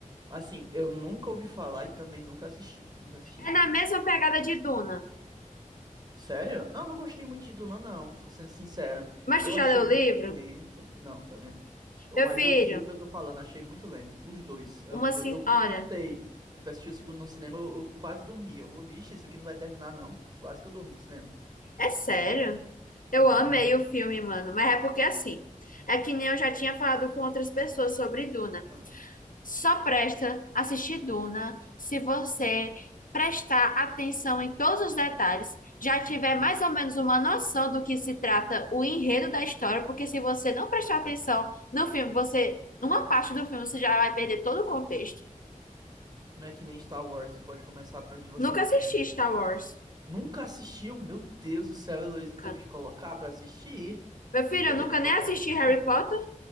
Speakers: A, on the right; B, on the left.
A: Assim, eu nunca ouvi falar e também nunca assisti. Nunca assisti.
B: É na mesma pegada de Duna.
A: Sério? Não, não gostei muito de Duna, não, sendo sincero.
B: Mas
A: Eu
B: tu já
A: achei
B: leu
A: muito
B: o livro?
A: lento. Não, também não. Eu,
B: Meu
A: mas
B: filho,
A: o filme, eu tô falando, achei muito lento. Os dois, ambos.
B: uma... sin-
A: Eu, eu
B: Olha...
A: lutei. Eu fui assistir o segundo no cinema, eu, eu quase dormi. Eu, vixe, isso aqui não vai terminar, não. Quase que eu durmo no cinema.
B: É sério? Eu
A: Com,
B: amei
A: aham.
B: o filme, mano. Mas é porque assim, é que nem eu já tinha falado com outras pessoas sobre Duna.
A: ah,
B: Só presta assistir Duna se você prestar atenção em todos os detalhes, já tiver
A: uhum,
B: mais ou menos uma noção do que se trata o enredo da
A: uhum.
B: história, porque se você não prestar atenção no filme, você, numa parte do filme, você já vai perder todo o contexto.
A: Não é que nem Star Wars, tu pode começar por onde você
B: Nunca
A: quer,
B: assisti
A: né?
B: Star Wars.
A: Nunca assistiu? Meu Deus do céu, Heloísa,
B: Nunca.
A: eu tenho que te colocar pra assistir?
B: Meu filho,
A: Eu
B: eu
A: tenho
B: nunca
A: que te colocar
B: nem assisti
A: pra assistir?
B: Harry Potter.